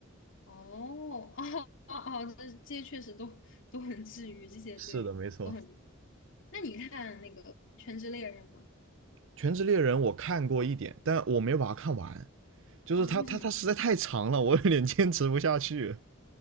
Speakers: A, on the left; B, on the right.
A: 哦哦哦哦，这这些确实都都很治愈，这些对都很。
B: 是的，没错，
A: 那你看那个《全职猎人》吗？
B: 《全职猎人》我看过一点，但我没有把它看完，就是它它它实在太长了，
A: 啊，为什么？
B: 我有点坚持不下去。